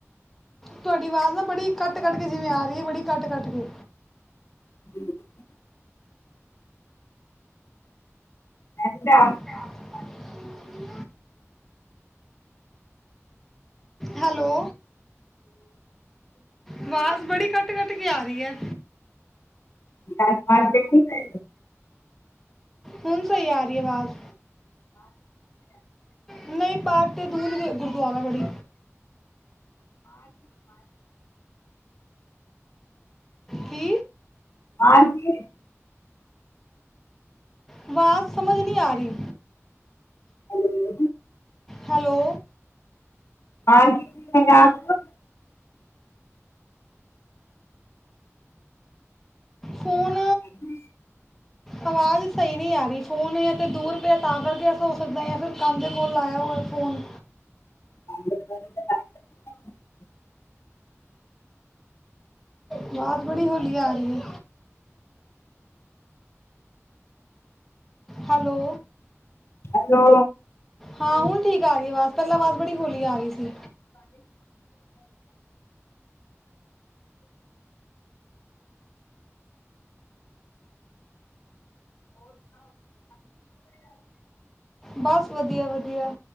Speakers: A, in the centre; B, on the left.
A: ਤੁਹਾਡੀ ਆਵਾਜ਼ ਨਾ ਬੜੀ ਕੱਟ ਕੱਟ ਕੇ ਜਿਵੇਂ ਆ ਰਹੀ ਹੈ ਬੜੀ ਕੱਟ ਕੱਟ ਕੇ
B: ਹ ਅਨੰਦਾ
A: ਆ ਹੁ ਹੈਲੋ ਆਵਾਜ਼ ਬੜੀ ਕੱਟ ਕੱਟ ਕੇ ਆ ਰਹੀ ਹੈ
B: ਜਾਤ ਪਾਤ ਦੇਖੀ ਤੈ
A: ਹੁਣ ਸਹੀ ਆ ਰਹੀ ਆਵਾਜ਼ <inaudible> ਨਹੀਂ ਪਾਰਕ ਦੇ ਦੂਰ ਗੁਰਦਵਾਰਾ ਬੜੀ ਕੀ
B: ਹਾਂਜੀ
A: ਆਵਾਜ਼ ਸਮਝ ਨਹੀਂ ਆ ਰਹੀ
B: <inaudible>
A: ਹੈਲੋ
B: ਬਾਹਰ ਕਿੱਥੇ ਜਾਣਾ ਪੁੱਤ
A: ਫੋਨ
B: ਹਾਂਜੀ
A: ਆਵਾਜ਼ ਸਹੀ ਨਹੀਂ ਆ ਰਹੀ, ਫੋਨ ਤਾਂ ਦੂਰ ਪਿਆ ਆ ਤਾਂ ਕਰਕੇ ਐਸਾ ਹੋ ਸਕਦੇ, ਜਾਂ ਫਿਰ ਕੰਨ ਕੋਲ ਲਾਇਆ ਹੋਆ ਫੋਨ
B: <inaudible>
A: ਅਵਾਜ ਬੜੀ ਹੋੌਲੀ ਆ ਰਹੀ ਏ ਹੈਲੋ
B: ਹੈਲੋ
A: ਹਾਂ ਹੁਣ ਠੀਕ ਆ ਰਹੀ ਅਵਾਜ ਪਹਿਲਾ ਆਵਾਜ਼ ਬੜੀ ਹੌਲੀ ਆ ਰਹੀ ਸੀ ਬਸ ਵਧੀਆ- ਵਧੀਆ